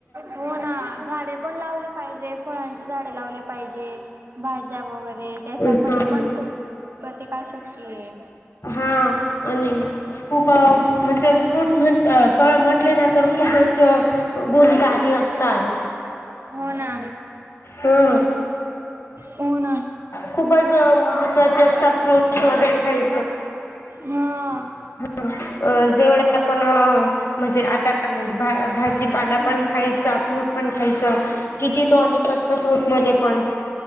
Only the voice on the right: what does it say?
हो ना झाडे पण लावले पाहिजे. फळांचे झाडे लावले पाहिजे भाज्या वगैरे त्याच्यामध्ये
पण खूप प्रतिकार शक्ती आहे.
हो ना
हो ना.
हां.
हा